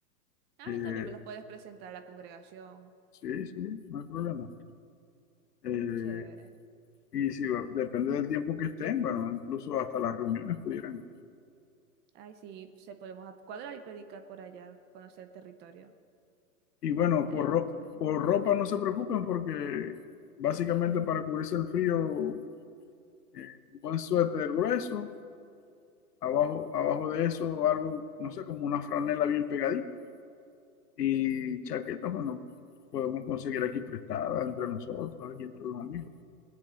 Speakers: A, on the right; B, on the left.
A: Ah,
B: eh,
A: también me los puedes presentar a la congregación.
B: sí, sí, no hay problema. Eh,
A: Chévere.
B: y si va- depende del tiempo que estén, bueno, incluso hasta las reuniones pudieran
A: Ay, sí, pues, se podemos a- cuadrar y predicar por allá, conocer el territorio.
B: Y bueno,
A: Sería
B: por, ro-
A: muy chévere.
B: por ropa no se preocupen porque básicamente para cubrirse el frío, eh, un buen suéter grueso, abajo, abajo de eso algo, no sé, como una franela bien pegadita. Y chaquetas, bueno, podemos conseguir aquí prestadas entre nosotros, aquí entre los amigos.